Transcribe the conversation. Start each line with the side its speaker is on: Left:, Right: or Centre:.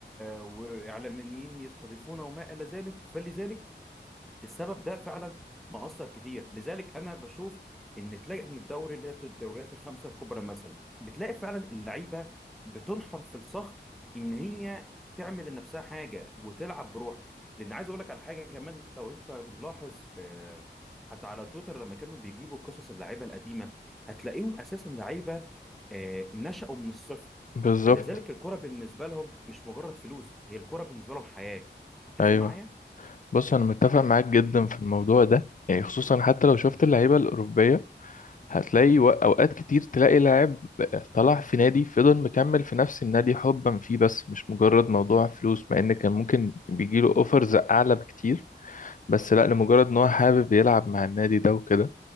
Centre: وإعلاميين يستضيفونا وما إلى ذلك فلذلك السبب ده فعلا مأثر كتير لذلك انا بشوف ان تلاقي من الدوري اللي هي الدوريات الخمسه الكبرى مثلا بتلاقي فعلا اللعيبه بتنحر في الصخر ان هي تعمل لنفسها حاجه وتلعب بروح لان عايز اقول لك على حاجه كمان لو انت ملاحظ في حتى على تويتر لما كانوا بيجيبوا قصص اللعيبه القديمه هتلاقيهم اساسا لعيبه آه، نشأوا من الصفر
Left: بالظبط
Centre: فلذلك الكره بالنسبه لهم مش مجرد فلوس هي الكره بالنسبه لهم حياه تتفق
Left: أيوه
Centre: معايا؟
Left: بص أنا متفق معاك جدا في الموضوع ده يعني خصوصا حتى لو شفت اللعيبة الأوروبية هتلاقي و- اوقات كتير تلاقي لاعب طلع في نادي فضل مكمل في نفس النادي حبا فيه بس مش مجرد موضوع فلوس مع ان كان ممكن بيجيله اوفرز اعلى بكتير بس لا لمجرد ان هو حابب يلعب مع النادي ده وكده